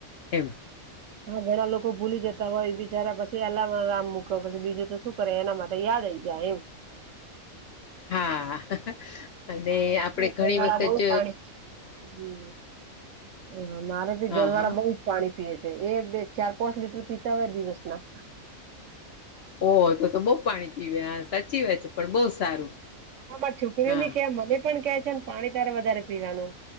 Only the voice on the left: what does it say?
એમ
હા અને
આપણે
ઘણી
વખત
હા
હા
ઓહ તો તો બહુ પાણી પીવે સાચી વાત છે પણ બહુ સારું.
હા